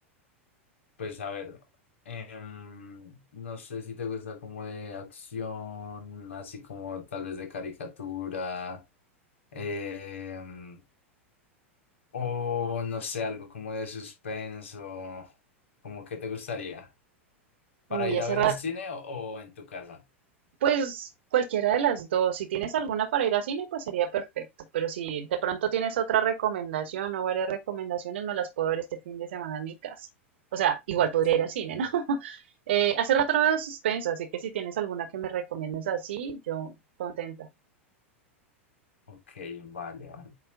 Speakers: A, on the left (about 65°); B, on the right (about 55°).
A: Pues a ver, em, no sé si te gusta como de acción, así como tal vez de caricatura, em, o no sé, algo como de suspenso, como que te gustaría, para
B: Uy,
A: ir
B: hace
A: a ver
B: rato,
A: en cine o, o en tu casa.
B: pues cualquiera de las dos, si tienes alguna para ir a cine, pues sería perfecto, pero si de pronto tienes otra recomendación o varias recomendaciones, me las puedo ver este fin de semana en mi casa. O sea, igual
A: Ok.
B: podría ir al cine, ¿no? <laughs> Eh, hace rato no veo suspenso, así que si tienes alguna que me recomiendes así, yo contenta.
A: Ok, vale, vale.